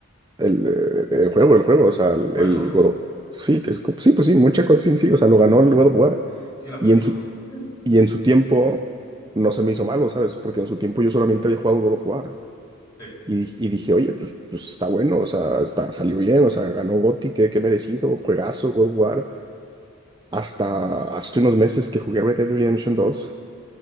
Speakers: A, on the right; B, on the left.
A: El, eh, el juego, el juego, o sea, el,
B: Por
A: el
B: eso.
A: God of... Sí, que es... co- Sí, pues sí, mucha cutscene, sí, o sea, lo ganó el God of War.
B: Sí, la película,
A: Y en su,
B: pues.
A: y en su tiempo no se me hizo malo, ¿sabes? Porque en su tiempo yo solamente había jugado God of War.
B: Sí,
A: Y, di- y dije, oye, pues, pues está bueno, o sea, está, salió bien, o sea, ganó GOTY, qué, qué merecido, juegazo, God of War. Hasta hace unos meses que jugué Red Dead Redemption dos